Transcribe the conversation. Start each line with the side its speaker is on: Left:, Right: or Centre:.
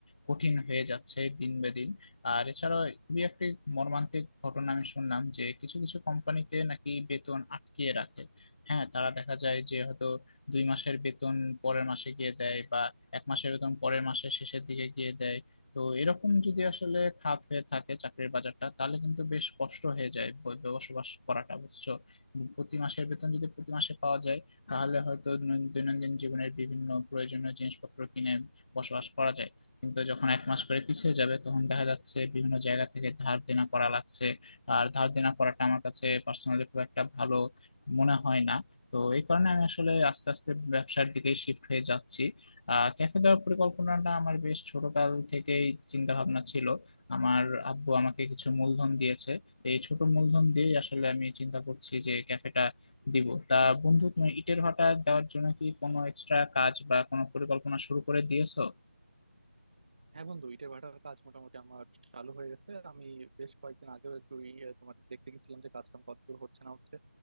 Left: কঠিন হয়ে যাচ্ছে দিন বে দিন আর এছাড়াও খুবই একটি মর্মান্তিক ঘটনা আমি শুনলাম যে কিছু কিছু কোম্পানিতে নাকি বেতন আটকিয়ে রাখে হ্যাঁ তারা দেখা যায় যে হয়তো দুই মাসের বেতন পরের মাসে গিয়ে দেয় বা এক মাসের বেতন পরের মাসের শেষের দিকে গিয়ে দেয় তো এরকম যদি আসলে খাত হয়ে থাকে চাকরির বাজারটা তাহলে কিন্তু বেশ কষ্ট হয়ে যায় ব- বসবাস করাটা বুঝছো প্রতি মাসের বেতন যদি প্রতি মাসে পাওয়া যায় তাহলে হয়তো দৈন- দৈনন্দিন জীবনের বিভিন্ন প্রয়োজনীয় জিনিসপত্র কিনে বসবাস করা যায় কিন্তু যখন এক মাস করে পিছিয়ে যাবে তখন দেখা যাচ্ছে বিভিন্ন জায়গা থেকে ধার দেনা করা লাগছে আর ধার দেনা করাটা আমার কাছে পার্সোনালি খুব একটা ভালো মনে হয় না তো এই কারণে আমি আসলে আস্তে আস্তে ব্যবসার দিকে শিফট হয়ে যাচ্ছি আহ ক্যাফে দেওয়ার পরিকল্পনাটা আমার বেশ ছোটকাল থেকেই চিন্তা ভাবনা ছিল আমার আব্বু আমাকে কিছু মূলধন দিয়েছে এই ছোট মূলধন দিয়ে আসলে আমি চিন্তা করছি যে ক্যাফেটা দিব তা বন্ধু তুমি ইটের ভাটা দেওয়ার জন্য কি কোনো এক্সট্রা কাজ বা কোনো পরিকল্পনা শুরু করে দিয়েছো
Right: হ্যাঁ বন্ধু ইটের ভাটার কাজ মোটামুটি আমার চালু হয়ে গেছে আমি বেশ কয়েকদিন আগেও একটু ই- এ, তোমার দেখতে গেছিলাম যে কাজ কাম কতদূর হচ্ছে না হচ্ছে